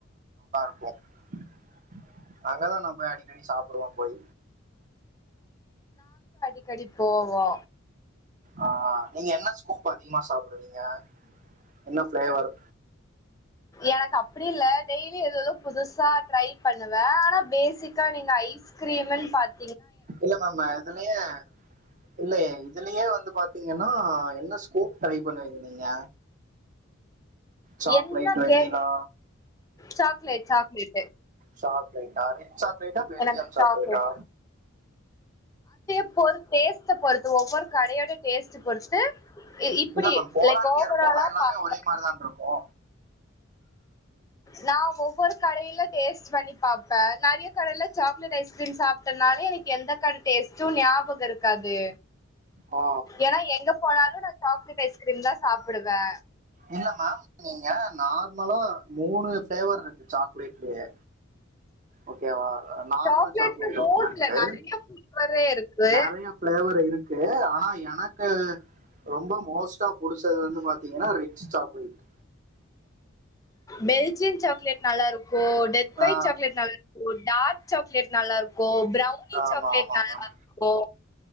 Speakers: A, on the right; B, on the left.
A: <unintelligible> அங்கதான் நான் போய் அடிக்கடி சாப்பிடுவோம் போய்
B: க்கடி போவோ
A: ஆஹ் நீங்க என்ன ஸ்கூப் அதிகமா சாப்பிடுவீங்க என்ன ப்ளேவர்
B: எனக்கு அப்டி இல்ல டெய்லி ஏதேதோ புதுசா ட்ரை பண்ண <unintelligible> பேசிக்கா நீங்க ஐஸ்கிரீமுன் பாத்
A: இல்ல நம்ம இதுலயே இல்லையே இதுலயே வந்து பாத் தீங்கன்னா என்ன ஸ்கோப் ட்ரை பண்ணுவீங்க நீங்க chocolate
B: என்ன
A: vanilla
B: cake chocolate chocolate
A: சாக்லேட்டா ரிச் சாக்லேட்டா பெல்ஜியம்
B: எனக்கு
A: சாக்லேட்டா
B: சாக்லேட் இப்ப ஒரு டேஸ்டு பொறுத்து ஒவ்வொரு கடையோட டேஸ்ட்டு பொறுத்து இப்டி
A: இல்ல மேம் போலான்பியர்
B: லைக் ஓவராலா
A: போனா எல்லாமே
B: பாப்பே
A: ஒரே மாதிரிதானிருக்கோ
B: நா ஒவ்வொரு கடையில டேஸ்ட் பண்ணி பார்ப்பே நெறைய கடையில சாக்லேட் ஐஸ்கிரீம் சாப்ட்டனால எனக்கு எந்த கட டேஸ்ட்டோ ஞாபகோயிருக்காது
A: ஆ
B: ஏன்னா எங்க போனாலு சாக்லேட் ஐஸ்கிரீம் தா சாப்பிடுவே
A: இல்ல மேம் நீங்க நார்மலா மூணு பிளேவருக்கு சாக்லேட்லயே ஓகேவா நார்மல்
B: சாக்லேட்ல
A: சாக்லேட்
B: மோஸ்ட்ல
A: ஓண்ணாயிருக்கு
B: நெறைய ஃப்ளேவரே இருக்கு.
A: நெறைய பிளேவர்யிருக்கு ஆனா எனக்கு ரொம்ப மோஸ்டா புடிச்சது வந்து பாத்தீங்கன்னா rich chocolate
B: Belgian chocolate நல்லாருக்கு ஓ டெத் பைட்
A: ஆ
B: சாக்லேட் இருக்கோ டார்க் சாக் லேட் நல்லாயிருக்கோ ப்ரௌனி
A: ஆமா
B: சாக்லேட்
A: ஆமா
B: நல்லாயிருக்கோ
A: மேம்